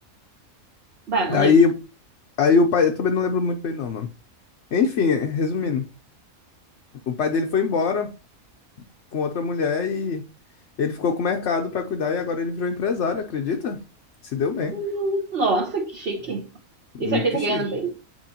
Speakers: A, on the right; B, on the left.
A: Bah, não
B: Aí,
A: lembro.
B: aí o pai, eu também não lembro muito bem não, Enfim, eh, resumindo, o pai dele foi embora com outra mulher e ele ficou com o mercado pra cuidar e agora ele virou empresário, acredita? Se deu bem.
A: Hum, Nossa, que chique.
B: Muito
A: Isso aqui tá
B: chique.
A: ganhando bem?